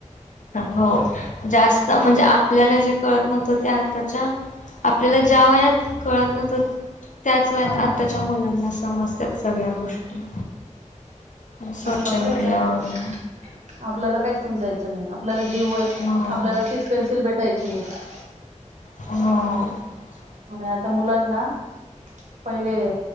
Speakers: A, on the left (about 75°); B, on the right (about 65°).
A: हो जास्त म्हणजे आपल्याला जे कळत नव्हतं ते आत्ताच्या... आपल्याला ज्या वयात कळत नव्हतं.. त्याच वयात
B: हा
A: आताच्या मुलांना समजतायत सगळ्या गोष्टी... सोशल
B: बापर
A: मीडियावरून
B: ना आपल्याला काही समजायचं नाही. आपल्याला... जी वही
A: हो
B: आपल्या सिश पेन्सिल भेटायची नाही...
A: ह..
B: आणि आता मुलांना पहिले